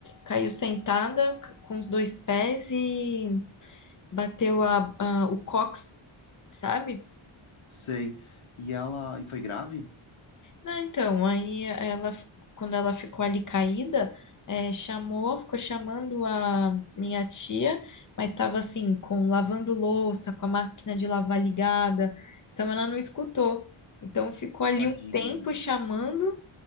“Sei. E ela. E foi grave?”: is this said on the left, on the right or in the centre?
Left